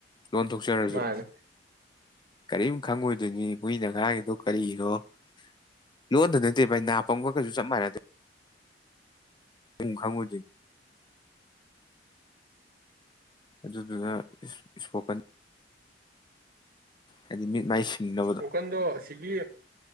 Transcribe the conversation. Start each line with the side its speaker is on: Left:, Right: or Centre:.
Left: ꯂꯣꯟ ꯊꯣꯛꯆꯔꯁꯨ
Right: ꯃꯥꯅꯦ
Left: ꯀꯔꯤꯝ ꯈꯪꯉꯣꯏꯗꯣꯏꯅꯤ ꯃꯣꯏꯅ ꯉꯥꯡ ꯀꯔꯤꯅꯣ <unintelligible> ꯑꯦ ꯚꯩ ꯅꯥꯄꯪꯕꯒꯁꯨ ꯆꯞ ꯃꯥꯟꯅꯗꯦ ꯄꯨꯡ ꯈꯪꯉꯣꯏꯗꯣꯏꯅꯤ ꯑꯗꯨꯗꯨꯅ ꯏꯁꯄꯣꯀꯟ ꯍꯥꯏꯗꯤ ꯃꯤꯠ ꯃꯥꯏ ꯁꯤꯡꯅꯕꯗꯣ
Right: ꯁ꯭ꯄꯣꯀꯟꯗꯣ ꯑꯁꯤꯒꯤ